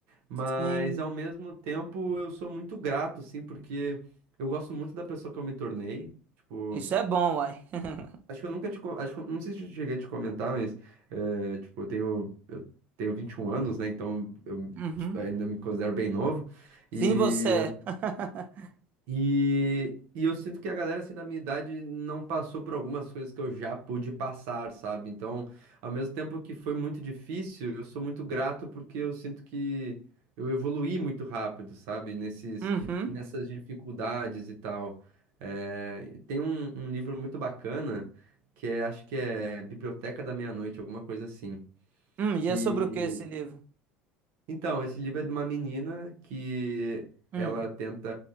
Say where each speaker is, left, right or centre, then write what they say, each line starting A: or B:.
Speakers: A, on the right; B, on the right.
A: Mas
B: Sim.
A: ao mesmo tempo eu sou muito grato, assim, porque eu gosto muito da pessoa que eu me tornei. Tipo.
B: Isso é bom, uai. <laughs>
A: Acho que eu nunca te. co- Acho, que eu- não sei se eu cheguei a te comentar, mas, é, tipo, eu tenho, eu tenho 21 anos, né? Então eu
B: Uhum.
A: ainda me considero bem novo.
B: Sim,
A: E
B: você é. <laughs>
A: e, e eu sinto que a galera assim da minha idade não passou por algumas coisas que eu já pude passar, sabe? Então, ao mesmo tempo que foi muito difícil, eu sou muito grato porque eu sinto que eu evoluí muito rápido, sabe? Nesses,
B: Uhum.
A: nessas dificuldades e tal. É, tem um, um livro muito bacana que é, acho que é Biblioteca da Meia-Noite, alguma coisa assim.
B: Hum, e
A: Que
B: é sobre o que esse livro?
A: então, esse livro é de uma menina que
B: Hum.
A: ela tenta